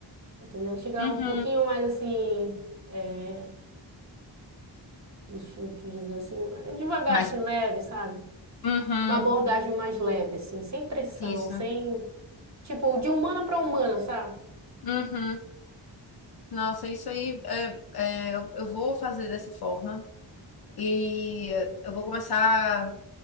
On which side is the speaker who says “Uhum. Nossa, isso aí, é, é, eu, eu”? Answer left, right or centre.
Left